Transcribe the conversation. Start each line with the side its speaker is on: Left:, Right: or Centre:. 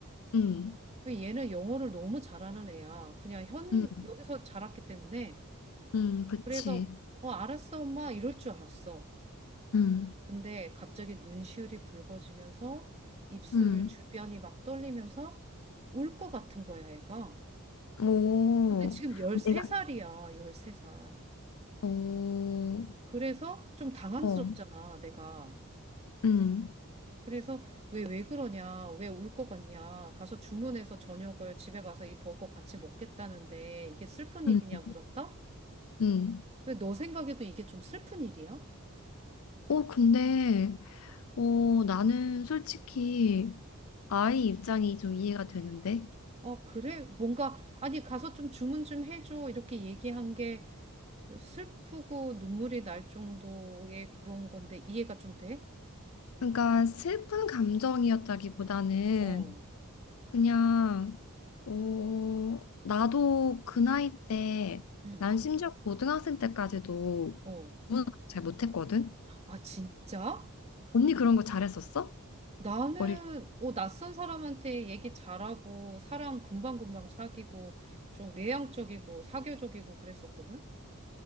Left: 음,
Right: 근데 얘는 영어를 너무 잘하는 애야. 그냥 현
Left: 음,
Right: 여기서 자랐기 때문에
Left: 음, 그치.
Right: 그래서 어 알았어 엄마 이럴 줄 알았어.
Left: 음,
Right: 근데 갑자기 눈시울이 붉어지면서 입술
Left: 음.
Right: 주변이 막 떨리면서 울 것 같은 거야, 애가.
Left: 오,
Right: 근데 지금 13살이야,
Left: 내가,
Right: 13살.
Left: 오,
Right: 그래서 좀 당황스럽잖아,
Left: 어,
Right: 내가.
Left: 음,
Right: 그래서 왜, 왜 그러냐, 왜 올 것 같냐, 가서 주문해서 저녁을 집에 가서 이 버거 같이 먹겠다는데 이게 슬픈 일이냐
Left: 음,
Right: 물었다?
Left: 음.
Right: 왜 너 생각에도 이게 좀 슬픈 일이야?
Left: 어, 근데, 어, 나는 솔직히, 아이 입장이 좀 이해가 되는데.
Right: 어, 그래? 뭔가, 아니, 가서 좀 주문 좀 해줘. 이렇게 얘기한 게 슬프고 눈물이 날 정도의 그런 건데 이해가 좀 돼?
Left: 그러니까 슬픈 감정이었다기보다는
Right: 어,
Left: 그냥 어, 나도 그 나이 때
Right: 응,
Left: 난 심지어 고등학생 때까지도
Right: 어.
Left: 구문을 잘 못했거든.
Right: 아, 진짜?
Left: 언니 그런 거 잘했었어?
Right: 나는
Left: 어릴
Right: 어, 낯선 사람한테 얘기 잘하고 사람 금방금방 사귀고 좀 외향적이고 사교적이고 그랬었거든.